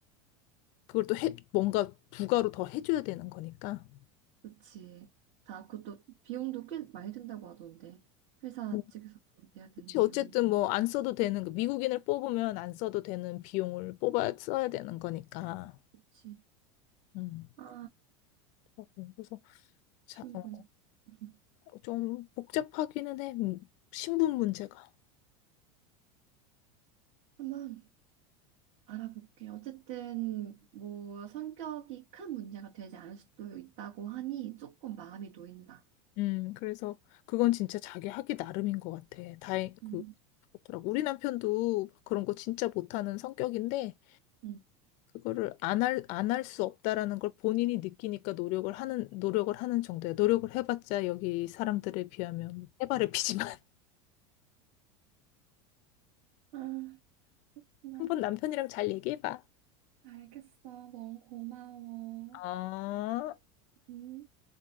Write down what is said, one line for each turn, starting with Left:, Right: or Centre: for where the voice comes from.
Left: 그걸 또 해, 뭔가 부가로 더 해줘야 되는 거니까.
Right: 그치. 다, 그것도 비용도 꽤 많이 든다고 하던데. 회사
Left: 음.
Right: 측에서도 내야 되는
Left: 그치,
Right: 비용이.
Left: 어쨌든 뭐 안 써도 되는, 거, 미국인을 뽑으면 안 써도 되는 비용을 뽑아 써야 되는 거니까.
Right: 그치.
Left: 음,
Right: 아,
Left: 그렇더라고. 그래서 자,
Right: 신분.
Left: 어,
Right: 음, <laughs>
Left: 좀 복잡하기는 해. 음, 신분 문제가.
Right: 한번 알아볼게요. 어쨌든 뭐 성격이 큰 문제가 되지 않을 수도 있다고 하니 조금 마음이 놓인다.
Left: 음, 그래서 그건 진짜 자기 하기 나름인 것 같아. 다행,
Right: 음,
Left: 그, 그렇더라고. 우리 남편도 그런 거 진짜 못하는 성격인데,
Right: 음.
Left: 그거를 안 할, 안 할 수 없다라는 걸 본인이 느끼니까 노력을 하는, 노력을 하는 정도야. 노력을 해봤자 여기 사람들에 비하면 해바라피지만. <laughs>
Right: 아, 나
Left: 한번 남편이랑 잘 얘기해봐.
Right: 알겠어. 너무 고마워.
Left: 아.
Right: 음.